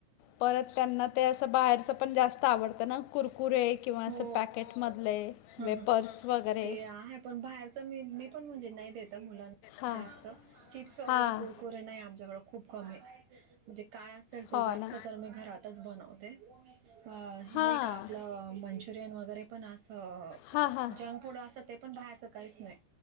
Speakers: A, on the left; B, on the right.
A: परत, त्यांना ते असं बाहेरच पण जास्त आवडतं, ना, कुरकुरे. किंवा असं
B: हो,
A: पॅकेटमधले
B: हं
A: वेपर्स
B: हं,
A: वगैरे
B: ते आहे, पण बाहेरच, मी, मी पण म्हणजे, नाही देत. ते मुलांना
A: हां
B: जास्त चिप्स वगैरे
A: हां
B: कुर कुरे नाही, आमच्याकडं खूप कमी, म्हणजे काय असेल ते,
A: हो
B: जास्त
A: ना
B: तर मी घरात तच बनवते, हे
A: हां
B: नाही का आपलं. मंचुरियन वगैरे पण, असं
A: हां हां
B: जंक फूड असं, ते पण बाहेरचं काहीच नाही.